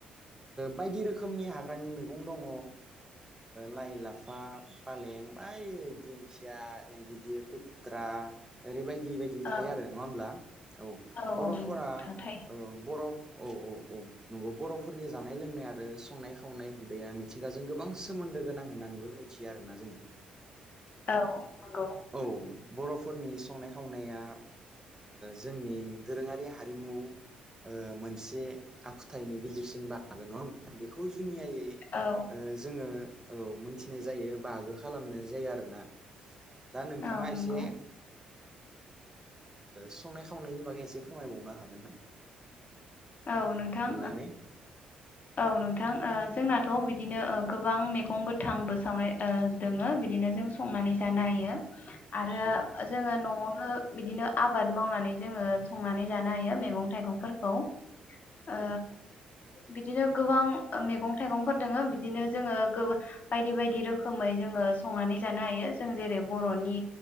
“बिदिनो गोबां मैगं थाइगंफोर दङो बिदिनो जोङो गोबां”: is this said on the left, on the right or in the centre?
Left